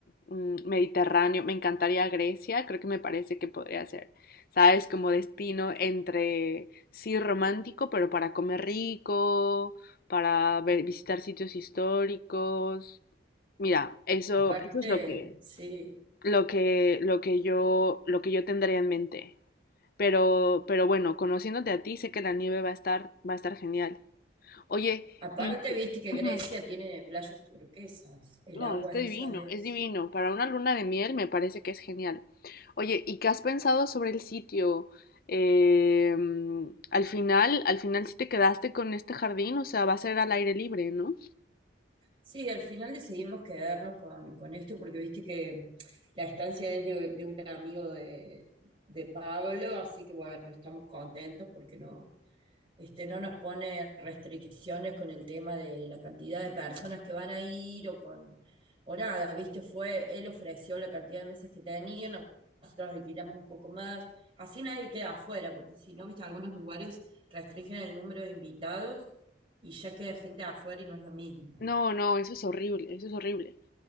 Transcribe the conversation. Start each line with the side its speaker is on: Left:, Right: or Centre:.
Left: mm, mediterráneo. Me encantaría Grecia, creo que me parece que podría ser, ¿sabes? Como destino entre, sí, romántico, pero para comer rico, para ver- visitar sitios históricos. Mira, eso,
Right: Aparte,
Left: eso es lo que,
Right: sí.
Left: lo que, lo que yo, lo que yo tendría en mente. Pero, pero bueno, conociéndote a ti, sé que la nieve va a estar, va a estar genial. Oye,
Right: Aparte,
Left: y,
Right: viste que
Left: Ujú.
Right: Grecia tiene playas turquesas, el
Left: No,
Right: agua
Left: es divino,
Right: esa es...
Left: es divino. Para una luna de miel me parece que es genial. Oye, ¿y qué has pensado sobre el sitio? Eh, mm, al final, al final sí te quedaste con este jardín, o sea, va a ser al aire libre, ¿no?
Right: Sí, al final decidimos quedarnos con, con esto porque viste que la estancia es de, de un amigo de, de Pablo, así que bueno, estamos contentos porque no, este, no nos pone restricciones con el tema de la cantidad de personas que van a ir o con o nada, viste, fue, él ofreció la cantidad de mesas que tenía, no- nosotros alquilamos un poco más, así nadie queda afuera, porque si no, viste, algunos lugares restringen el número de invitados y ya queda gente afuera y no es lo mismo.
Left: No, no, eso es horrible, eso es horrible.